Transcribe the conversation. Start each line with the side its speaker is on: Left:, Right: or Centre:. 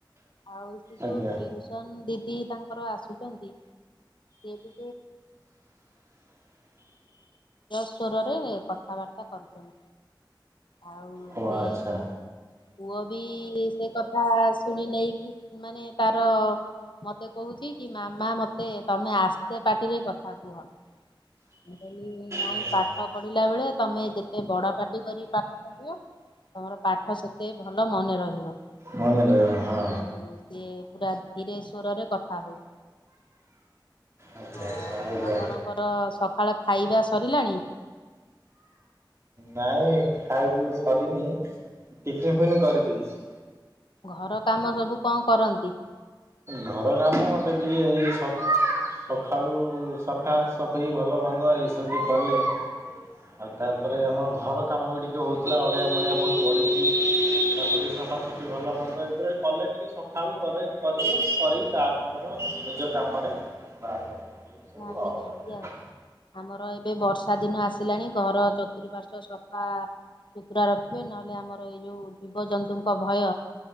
Left: ଆଉ ସେ
Right: ଆଜ୍ଞା
Left: ଯୋଉ ଟିଉସନ ଦିଦି ତାଙ୍କର ଆସୁଛନ୍ତି <unintelligible> ଧୀର ସ୍ବରରେ କଥାବାର୍ତ୍ତା କରୁଛନ୍ତି। ଆଉ
Right: ଓ
Left: ସେ
Right: ଆଚ୍ଛା।
Left: ପୁଅ ବି ସେ କଥା ଶୁଣି ନେଇକି ମାନେ ତାର ମତେ କହୁଛି କି ମାମା ମତେ ତମେ ଆସ୍ତେ ପାର୍ଟିରେ କଥା କୁହ। ମୁଁ କଲି ନାଇଁ
Right: ଆଚ୍ଛା
Left: ପାଠ ପଢିଲା ବେଳେ ତମେ ଯେତେ ବଡ ପାଟି କରି ପାଠପଢିବ ତମର ପାଠ ସେତେ ଭଲ ମନେ ରହିବ।
Right: ମନେ ରହିବ ହଁ।
Left: ଆଉ ସିଏ ପୁରା ଧୀରେ ସ୍ବରରେ କଥା ହଉଛି।
Right: ଆଚ୍ଛା
Left: ଆଉ
Right: ଆଚ୍ଛା ଆଜ୍ଞା।
Left: ଆପଣଙ୍କର ସକାଳ ଖାଇବା ସରିଲାଣି?
Right: ନାଇଁ ଖାଇକୁ ସରିନି ଟିଫିନ ଫିନ୍ କରିଦେଇଛି।
Left: ଘର କାମ ସବୁ କଣ କରନ୍ତି?
Right: ଘର କାମ ମୋତେ ଟିକିଏ ଏଇ ସବ୍ ସକାଳୁ ସଫା ସଫେଇ ଭଲ ମନ୍ଦ ଏଇ ସବୁ କଲେ ଆଉ ତାପରେ ଆମର ଘର କାମ ବି ଟିକିଏ ହେଉଥିଲା ଅଳିଆ ମଳିଆ ବହୁତ ପଡିଛି। ତାପରେ ସଫାସଫି ଭଲ ମନ୍ଦ ଏଇଗୁଡାରେ କଲେ ଟିକେ ସକାଳୁ କରେ କରିଦିଏ କରିକି ତାପରେ ମୋର ନିଜ କାମରେ ବାହାରିଯାଏ। ଏଇ ସବୁ
Left: ଲାଗି
Right: ଆଉ
Left: ଯାଆନ୍ତି
Right: ଆଜ୍ଞା।
Left: ଆଉ। ଆମର ଏବେ ବର୍ଷା ଦିନ ଆସିଲାଣି ଘର ଚତୁଃପାର୍ଶ୍ଵ ସଫା ସୁତୁରା ରଖିବି ନହେଲେ ଆମର ଏଇ ଯୋଉ ଜୀବଜନ୍ତୁଙ୍କ ଭୟ